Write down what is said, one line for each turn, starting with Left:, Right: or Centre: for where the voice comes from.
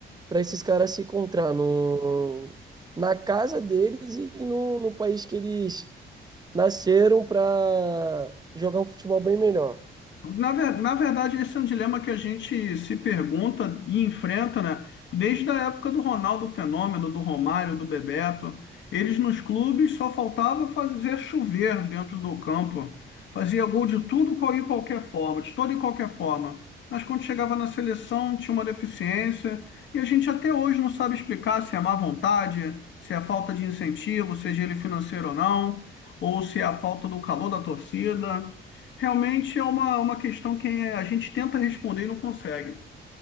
Right: para esses caras se encontrar no, na casa deles e no, no país que eles nasceram para jogar um futebol bem melhor?
Left: Na, ver- na verdade, esse é um dilema que a gente se pergunta e enfrenta, né? Desde a época do Ronaldo Fenômeno, do Romário, do Bebeto. Eles nos clubes só faltava fazer chover dentro do campo. Fazia gol de tudo qual- e qualquer forma, de toda e qualquer forma. Mas quando chegava na seleção, tinha uma deficiência. E a gente até hoje não sabe explicar se é má vontade, se é falta de incentivo, seja ele financeiro ou não, ou se é a falta do calor da torcida. Realmente é uma, uma questão que a gente tenta responder e não consegue.